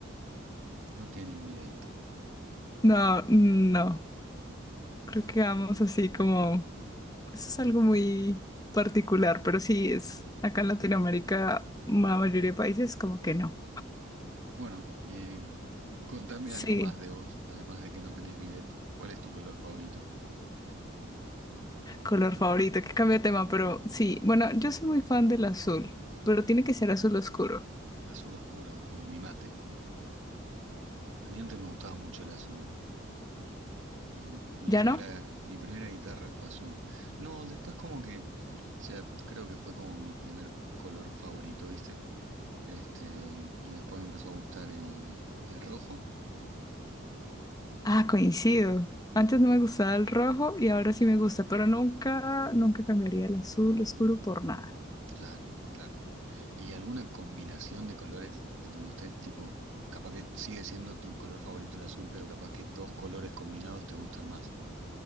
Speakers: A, on the right; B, on the left.
A: no tienen bidet.
B: No, no. Creo que vamos así como... Eso es algo muy particular, pero sí es acá en Latinoamérica, la mayoría de países como que no.
A: Bueno, eh, contame
B: sí
A: algo más de vos, además de que no tenés bidet. ¿Cuál es tu color favorito?
B: Color favorito, que cambia de tema, pero sí, bueno, yo soy muy fan del azul, pero tiene que ser azul oscuro.
A: Azul oscuro, como mi mate. A mí antes me gustaba mucho el azul. Y mi
B: ¿Ya
A: primera,
B: no?
A: mi primera guitarra fue azul. No, después como que, o sea, creo que fue como mi primer color favorito, ¿viste? Este, y después me empezó a gustar el, el rojo.
B: Ah, coincido. Antes no me gustaba el rojo y ahora sí me gusta, pero nunca, nunca cambiaría el azul oscuro por nada.
A: Claro, claro. ¿Y alguna combinación de colores que te guste? Tipo, capaz que sigue siendo tu color favorito el azul, pero capaz que dos colores combinados te gustan más.